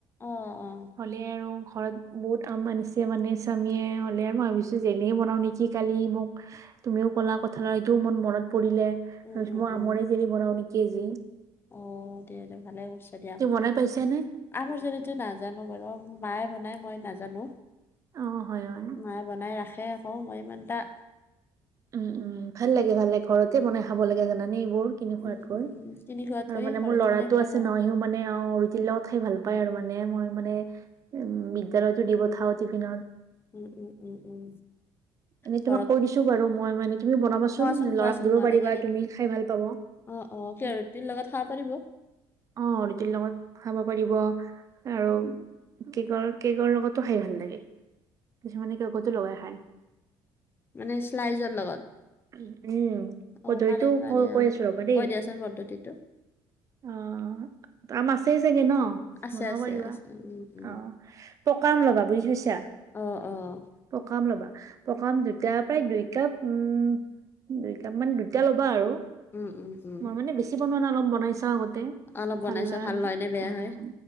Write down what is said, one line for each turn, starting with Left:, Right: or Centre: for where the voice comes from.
Left: অ' অ'
Right: হ'লে আৰু ঘৰত বহুত আম আনিছে মানে স্বামীয়ে হ'লে আৰু মই ভাবিছো জেলে বনাও নেকি কালি মোক তুমিও ক'লা কথাল এইটোও মোৰ মনত পৰিলে তাৰপিছত
Left: উম উম
Right: মই
Left: উম
Right: আমৰে জেলি বৰা কে জি
Left: অ দিয়া দে ভালে কৰিছা দিয়া
Right: তুমি বনাই পাইছানে
Left: আমাৰ যনিতো নাজানো বাৰু মায়ে বনাই মই নাজানো
Right: অ হয় হয়
Left: মায়ে বনাই ৰাখে অ মই মনটাা
Right: উম উম ভাল লাগে ভাল লাগে ঘৰতে বনাই খাব লাগে জানানে এইবোৰ কিনি খোৱাতকৈ
Left: উম উম কিনি খোৱাত
Right: আৰু
Left: কৰি
Right: মানে
Left: ঘৰত
Right: মোৰ ল'ৰাতটো
Left: বনাই খাই
Right: আছে
Left: ভাল
Right: নহ সিও মানে অ ৰিতিৰ লগত খাই ভাল পায় আৰু মানে মানে মই মানে উ বিদ্য়ালয়তো দি পঠাও টিফিনত
Left: উম উম উম উম
Right: এনে
Left: ঘৰত
Right: তোমাক কৈ দিছো বাৰু মই মানে তুমি বনাবাচোন
Left: খোৱাচোন খোৱাচোন
Right: ল'ৰাক দিব
Left: নহ'লে
Right: পাৰিবা
Left: কেনে
Right: তুমি খাই ভাল পাব
Left: অ অ
Right: উম
Left: স ৰুটিৰ লগত খাব পাৰিব
Right: অ উিক লগ লগত খাব পাৰিব আৰু কেকৰ কেকৰ লগতো খাই ভাল লাগে কিছুমানে অ কতো লগাই হয়
Left: মানে চলাইজৰ লগত
Right: উম
Left: অ',
Right: পধৰিতো
Left: পাৰে পাৰে
Right: ক কৈ
Left: অ'।
Right: আছো ৰ'বা দেই
Left: কৈ দিয়াচোন পদ্ধতিটো
Right: অ ত ম আাছেই চাগে ন
Left: আছে
Right: বনাব
Left: আছে
Right: পাৰিবা
Left: আছে উম, উম।
Right: অ পকা আম ল'বা বুজি পাইছা
Left: অ', অ',
Right: পকা আম ল'বা। পকা আম দুইটা প্ৰায় দুই কাপ উম দুই কাপ মান দুইটা ল'বা আৰু।
Left: উম উম উম।
Right: মই <unintelligible> অলপ বনাইছা আগতে
Left: অলপ বনাই
Right: ভাল
Left: চোৱা
Right: আম
Left: হয় নে বেয়া
Right: উম
Left: হয়।